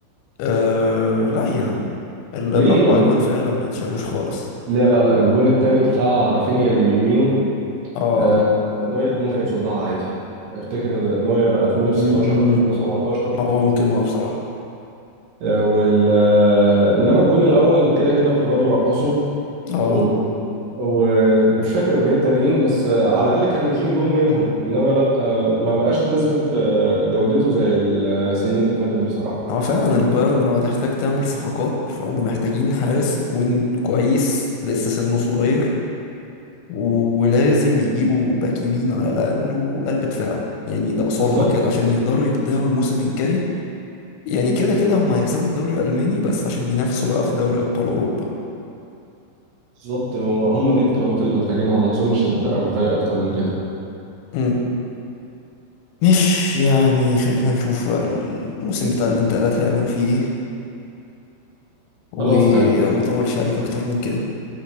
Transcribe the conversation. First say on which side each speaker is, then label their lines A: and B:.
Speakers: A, on the left; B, on the right.
A: أه لا يا عم ال-
B: ليه
A: الاربع
B: الج-
A: اجوان فعلا ما اتشالوش خالص
B: لا لا لا الجون التاني بتاع رافينيا اللي بيمينه
A: اه
B: آه، نوير ممكن يصدها عادي افتكر نوير 2016
A: مم،
B: 2017
A: هو ممكن اه بصراحة
B: آه، وال آه، انما الجون الاول كده كده انفراد ورقصه
A: اه
B: والج- ومش فاكر الجونين التانيين بس آه، على الاقل كان يشيل جون منهم انما لا آه، ما بقاش نسبة آه، جودته زي السنين اللي فاتت بصراحة
A: هو فعلا البايرن لو هتحتاج تعمل صفقات فهم محتاجين حارس يكون كويس لسه سنه صغير ولازم يجيبوا باك يمين على الأقل وقلب دفاع يعني ده أصولها
B: بالظبط
A: كده عشان يقدروا يبدأوا الموسم الجاي يعني كده كده هم هيكسبوا الدوري الألماني بس عشان ينافسوا بقى في دوري أبطال أوروبا
B: بالظبط هو هم دي الطلبات اللي محتاجينها وما اظنش ان الفرقة محتاجة اكتر من كده
A: مم. مش يعني خلينا نشوف بقى الموسم بتاع الانتقالات هيعملوا فيه ايه وما
B: خلاص تمام
A: اطولش عليك اكتر من كده